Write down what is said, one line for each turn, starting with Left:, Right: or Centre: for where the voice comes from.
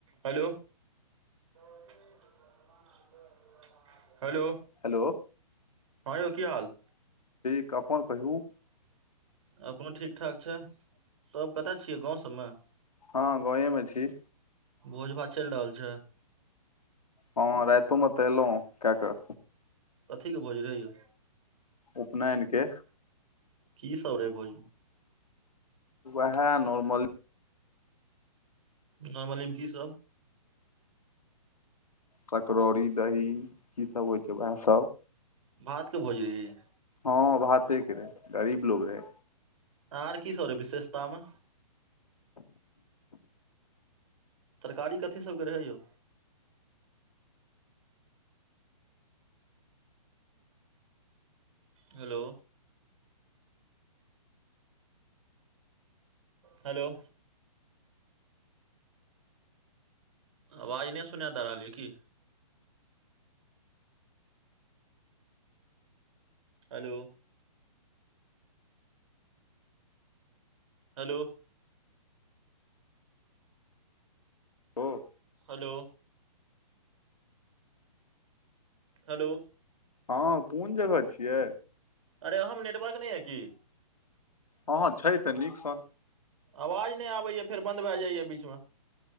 Right: Hello बीान hello
Left: hello
Right: हँ यौ की हाल
Left: क अपनन कहि
Right: अपन ठीक ठाक छै तबब कतय छियै गाँंव सबमे
Left: हँ गाँवेमे छी
Right: भोज भात चलि रहल छै
Left: हँ रातोमे तल क कर
Right: कथीके भोज रहैयौ
Left: उपनायनक के
Right: की सब रहै भोज
Left: उहा नर्मल
Right: न मलम की सब
Left: पकड़ौरी दही कीसभ होइ छै उएहसभ
Right: भात के भोज रही
Left: हँ बाते के रहै गरीब लोग रहै
Right: आर की सरे विशेषतामे तरकारी कथी सभके रहै यौ हेलो हेलो आवाज नहि सुना द रहल य की हेलो हेलो
Left: ओ
Right: हेलो हलो
Left: हँ कोन जगह छियै
Right: अरे अहम नेटवर्क नहि है की
Left: हँ छै तऽ नीक सन
Right: आवाज नहि आबैया फेर बन्द भए जाइया बीचमे